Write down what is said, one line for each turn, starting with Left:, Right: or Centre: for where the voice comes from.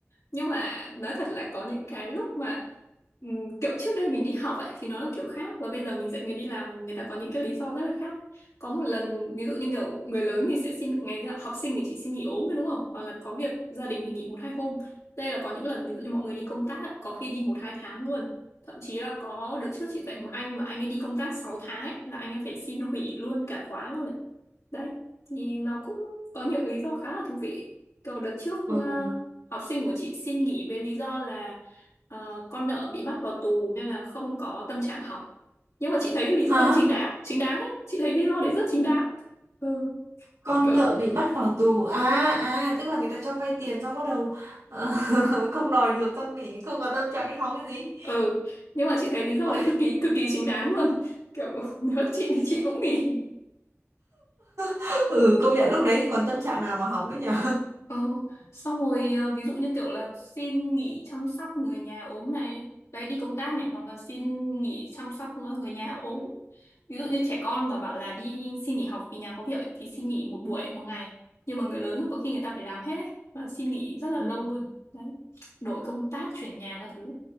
Left: nhưng mà nói thật là có những cái lúc mà ừm, kiểu trước đây mình đi học ấy thì nó là kiểu khác và bây giờ mình dạy người đi làm người ta có những cái lý do rất là khác có một lần ví dụ như kiểu người lớn thì sẽ xin ngày học sinh thì chỉ xin nghỉ ốm thôi đúng không hoặc là có việc gia đình thì nghỉ một hai hôm đây là có những lần ví dụ như mọi người đi công tác ấy, có khi đi một hai tháng luôn thậm chí là có đợt trước chị dạy một anh mà anh ấy đi công tác 6 tháng ấy là anh ấy phải xin hủy luôn cả khóa luôn ấy đấy thì nó cũng có nhiều cái lý do khá là thú vị kiểu đợt trước
Right: Ừ.
Left: ờ, Học sinh của chị xin nghỉ với lý do là ờ, con nợ bị bắt vào tù nên là không có tâm trạng học. Nhưng mà chị thấy lý do
Right: Hả?
Left: thì chính đáng, chính đáng á, chị thấy lý do đấy rất chính đáng. Ừ,
Right: Con
Left: kiểu
Right: nợ bị bắt vào tù à à tức là người ta cho vay tiền xong bắt đầu ờ, <laughs> không đòi được xong bị không có tâm trạng đi học cái gì
Left: ừ, nhưng mà chị thấy lý do
Right: Ôi,
Left: đấy cực kỳ cực kỳ chính đáng luôn. Kiểu <laughs> nếu chị thì chị cũng nghỉ.
Right: <laughs> ừ công nhận lúc đấy thì còn tâm trạng nào mà học nữa nhở
Left: Ờ, xong rồi ờ, ví dụ như kiểu là xin nghỉ chăm sóc người nhà ốm này, đấy đi công tác này hoặc là xin nghỉ chăm sóc người nhà ốm. Ví dụ như trẻ con mà bảo là đi xin nghỉ học vì nhà có việc ấy, thì xin nghỉ một buổi một ngày. Nhưng mà người lớn có khi người ta phải làm hết ấy, và xin nghỉ rất là
Right: Ừ.
Left: lâu luôn. Đấy. Đổi công tác, chuyển nhà các thứ.